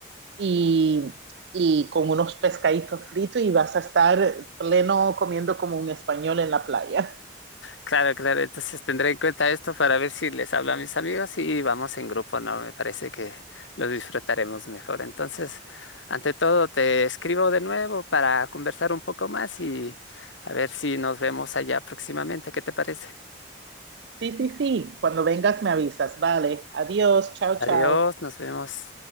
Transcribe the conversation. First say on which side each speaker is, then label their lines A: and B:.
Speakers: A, on the right; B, on the left.
A: y, y con unos pescaditos fritos y vas a estar pleno comiendo como un español en la playa.
B: Claro, claro, entonces tendré en cuenta esto para ver si les hablo a mis amigos y vamos en grupo, ¿no? Me parece que lo disfrutaremos mejor. Entonces, ante todo, te escribo de nuevo para conversar un poco más y a ver si nos vemos allá próximamente. ¿Qué te parece?
A: Sí, sí, sí. Cuando vengas me avisas. Vale. Adiós. Chao,
B: Adiós,
A: chao.
B: nos vemos.